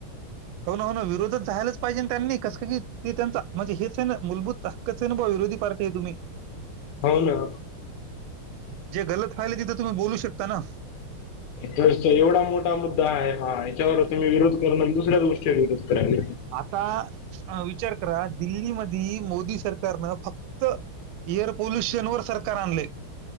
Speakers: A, on the right; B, on the left.
A: हो ना हो ना विरोधच झायला पाहिजे त्यांनी कस की ते त्यांचा म्हणजे हेच ना मूलभूत हक्कचं आहे ना बा विरोधी पार्टी आहे तुम्ही
B: हो ना
A: जे गलत व्हायलय तिथ तुम्ही बोलू शकता ना
B: तर एवढा मोठा मुद्दा आहे हा याच्यावर तुम्ही विरोध करणार दुसऱ्याच गोष्टीवर विरोध करायला
A: आता विचार करा दिल्ली मधे मोदी सरकारनं फक्त एअर पोल्युशन वर सरकार आणले